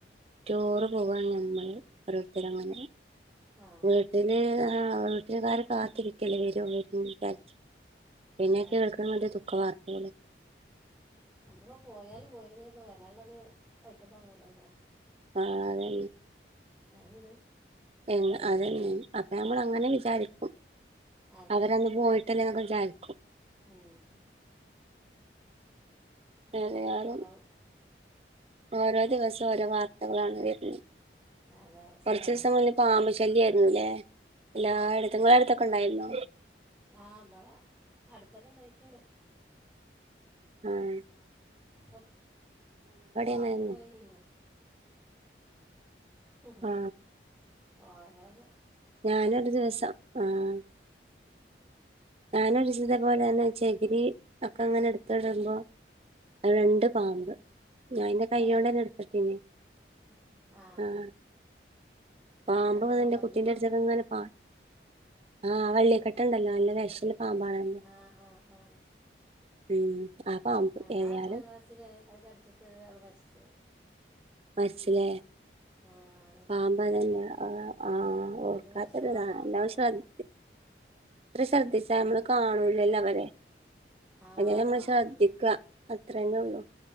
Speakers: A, on the right; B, in the centre.
A: റ്റോറ് പോകാണ് നമ്മള് ഓരോരുത്തരങ്ങനെ.
B: ആ
A: വീട്ടില് ആഹ് വീട്ടിൽ കാര് കാത്തിരിക്കല്ലേ വരോ വരിൻചാരിച്ച്. പിന്നെ
B: അതെ
A: കേൾക്കുന്നത്
B: അത് ശരി
A: ദുഖ വാർത്തിയള്
B: നമ്മളും പോയാലും പോയില്ലെങ്കിലൊക്കെ വരാള്ളത് വഴിക്കത്തങ്ങൂലല്ലോ.
A: ആഹ് അതന്നെ.
B: ആത്ണ്ട്
A: എഹ് അത അപ്പൊ നമ്മൾ അങ്ങനെ വിചാരിക്കും
B: അതെ
A: അവരന്ന് പോയിട്ട് കുറച്ച്യിരിക്കും
B: ഉം
A: ഏതായാലും
B: നമ്മക്ക ഇണ്ടാവും
A: ഓരോ ദിവസം ഓരോ വാർത്തകളാണ് വരുന്നത്
B: അതെ അത്
A: കൊറച്ച
B: ശരി
A: ദിവസം മുന്ന പാമ്പ്ശല്യ ആയിരുന്നുല്ലേ എല്ലായിടത്തങ്ങളും
B: ആ
A: അടുത്തൊക്കെ ഉണ്ടായിരുന്ന
B: ആഹ് അവിടെ അടുത്തൊക്കെ ഉണ്ടായിട്ടുണ്ട്
A: ആഹ്
B: അപ്പോൾ പാമ്പ്
A: അങ്ങനെന്നെ
B: പോയിന്ന <unintelligible>
A: ആ ഞാനൊ ഒരു ദിവസം ആഹ് ഞാനൊരിദിവസ ഇതേ പോലെ തന്നെ ചെകിരി ഒക്കെ അങ്ങനെ എടുത്തടുമ്പോ അത് രണ്ട് പാമ്പ് ഞാൻ എന്റെ കയ്യിലോണ്ടന്നെ
B: ഏ
A: എടുത്തിട്ടന്നെ
B: ആ
A: ആഹ് പാമ്പ
B: അപ്പോൾ
A: വന്നന്റെ
B: വലിയ
A: കുട്ടീന്റെ
B: പാമ്പായിരുന്നു
A: അടുത്തൊക്കെ ഇങ്ങനെ പാ ആഹ് വള്ളിക്കെട്ട്ണ്ടല്ലോ നല്ല വിശല് പാമ്പാണല്ലോ
B: ആ ആ ആ
A: ഉം ആ പാമ്പ്
B: ഞങ്ങൾ
A: ഏതായാലും
B: അയൽവാസിൽ അത് കടിച്ചിട്ട് ഒരാൾ മരിച്ച്
A: മരിച്ചലേ
B: ആഹ്
A: പാമ്പ അതന്നെ ആ്ഹ് ഓർക്കാത്തല്ലതാല്ലാവശം
B: അത് വിഷമുള്ള പാമ്പാണല്ലോ
A: അത്ര ശ്രദ്ധിച്ച നമ്മള് കാണൂലല്ലോ അവരെ
B: ആ
A: അങ്ങെ നമ്മൾ
B: കാണൂല
A: ശ്രദ്ധിക്കുക അത്രന്നേ ഉള്ളൂ